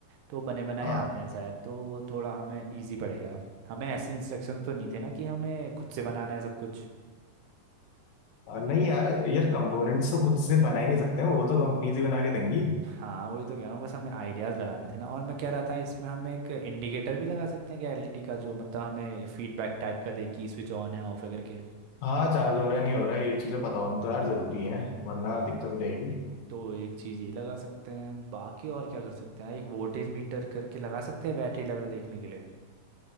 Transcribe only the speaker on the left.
आ,
आ, नहीं यार यार कंपोनेंट्स तो खुद से बना ही नहीं सकते हैं वो तो कंपनीज ही बना के देंगी
हाँ चार्ज हो रहा है नहीं हो रहा है ये चीज़ें पता होना तो यार ज़रूरी है वरना
दिक्कत हो जाएगी